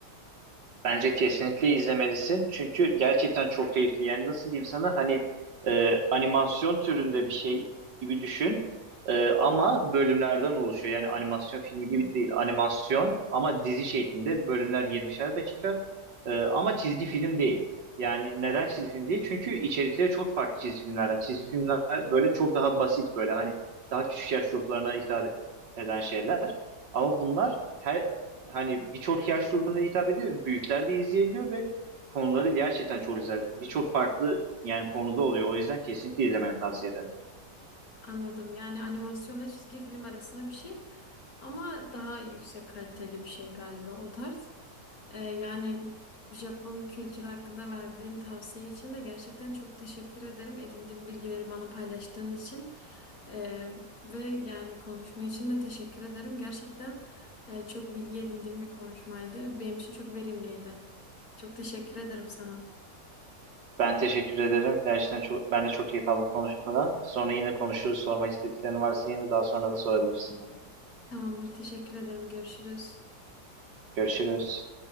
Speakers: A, on the right; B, on the left.
A: Bence kesinlikle izlemelisin. Çünkü gerçekten çok keyifli. Yani nasıl diyeyim sana hani e, animasyon türünde bir şey gibi düşün. E, ama bölümlerden oluşuyor. Yani animasyon filmi gibi değil. Animasyon ama dizi şeklinde bölümler 20'şer dakika. E, ama çizgi film değil. Yani neden çizgi film değil? Çünkü içerikleri çok farklı çizgi filmlerden. Çizgi filmler böyle çok daha basit böyle hani daha küçük yaş gruplarına hitap eden şeyler. Ama bunlar her hani birçok yaş grubuna hitap ediyor. Büyükler de izleyebiliyor ve konuları gerçekten çok güzel. Birçok farklı yani konuda oluyor. O yüzden kesinlikle izlemeni tavsiye ederim.
B: Anladım. Yani animasyonla çizgi film arasında bir şey ama daha yüksek kaliteli bir şey galiba o tarz. Ee, yani Japon kültürü hakkında verdiğin tavsiye için de gerçekten çok teşekkür ederim. Edindiğim bilgileri bana paylaştığın için Ee, ve yani konuşma için de teşekkür ederim. Gerçekten e, çok bilgi edindiğim bir konuşmaydı. Benim için çok verimliydi. Çok teşekkür ederim sana.
A: Ben teşekkür ederim. Gerçekten çok, ben de çok keyif aldım konuşmadan. Sonra yine konuşuruz. Sormak istediklerin varsa yine daha sonra da sorabilirsin bana.
B: Tamamdır. Teşekkür ederim. Görüşürüz.
A: Görüşürüz.